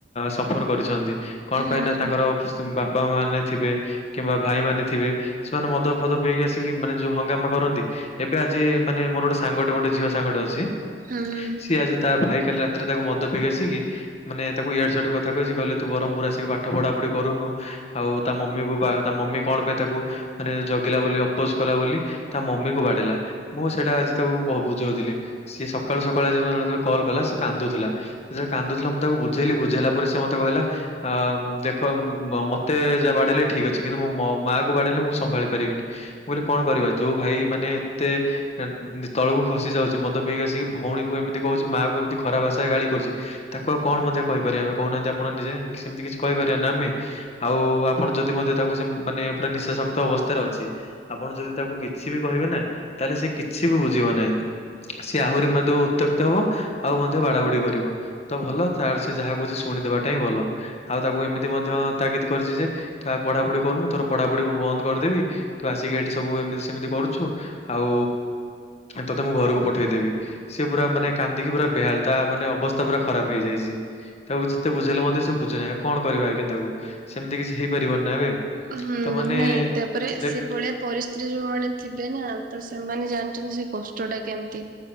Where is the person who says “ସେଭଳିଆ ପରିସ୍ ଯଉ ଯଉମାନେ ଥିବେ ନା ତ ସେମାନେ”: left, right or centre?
Right